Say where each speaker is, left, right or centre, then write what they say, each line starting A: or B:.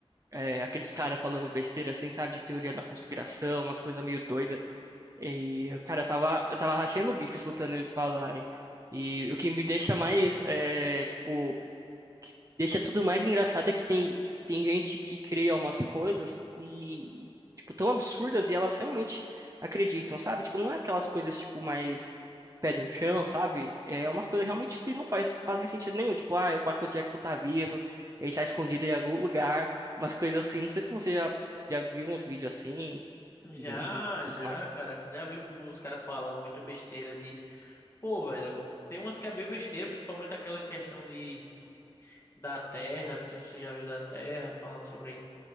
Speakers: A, on the right; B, on the left.
A: é, aqueles caras falando besteira, assim, sabe, de teoria da conspiração, umas coisas meio doidas. E, cara, eu tava, eu tava rachando o bico escutando eles falarem. E o que me deixa mais, é, tipo, deixa tudo mais engraçado é que tem, tem gente que cria umas coisas e, tipo, tão absurdas e elas realmente acreditam, sabe? Tipo, não é aquelas coisas, tipo, mais pé no chão, sabe? É umas coisas realmente que não faz, fazem sentido nenhum. Tipo, ah, o Michael Jackson tá vivo, ele tá escondido em algum lugar, umas coisas assim. Não sei se você já, já viu uns vídeos assim
B: Já,
A: e
B: já,
A: tudo mais.
B: cara. Já vi uns caras falando muita besteira disso. Pô, velho, tem umas que é bem besteira, principalmente aquela questão de da Terra. Não sei se você já viu da Terra, falando sobre